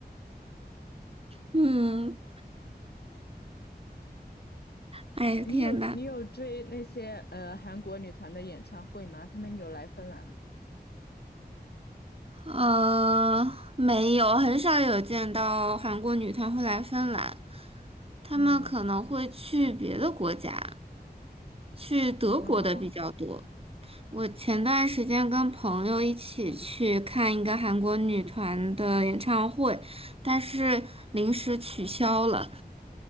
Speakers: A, on the right; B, on the left.
A: 嗯，
B: <laughs>
A: 哎呀，
B: 你有你有追那些呃韩国女团的演唱会吗？
A: 天呐！
B: 她们有来芬兰吗？
A: 呃，没有，很少有见到韩国女团会来芬兰，她们可能会去别的国家，
B: 嗯，
A: 去德国的比较多。
B: 啊
A: 我前段时间跟朋友一起去看一个韩国女团的演唱会，但是临时取消了，